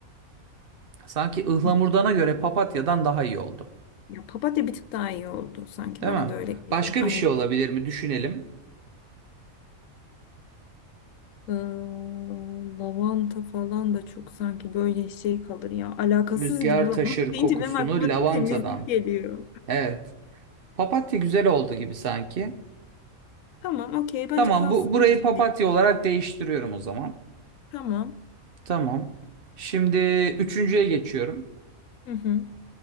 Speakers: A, on the right; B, on the left.
A: Sanki ıhlamurdana
B: Hı hı.
A: göre papatyadan daha iyi oldu.
B: Ya papatya bir tık daha iyi oldu sanki
A: Değil
B: bana
A: mi?
B: da öyle geliyor.
A: Başka
B: Aynen.
A: bir şey olabilir mi? Düşünelim.
B: Ee, lavanta falan da çok sanki böyle şey kalır ya. Alakasız
A: Rüzgar
B: gibi <laughs> lavanta
A: taşır
B: deyince
A: kokusunu
B: benim aklıma
A: lavantadan.
B: temizlik geliyor.
A: Evet. Papatya güzel oldu gibi sanki.
B: Tamam, okey. Bence
A: Tamam
B: kalsın
A: bu burayı
B: bu şimdilik.
A: papatya olarak değiştiriyorum o zaman.
B: Tamam.
A: Tamam. Şimdi üçüncüye geçiyorum.
B: Hı hı.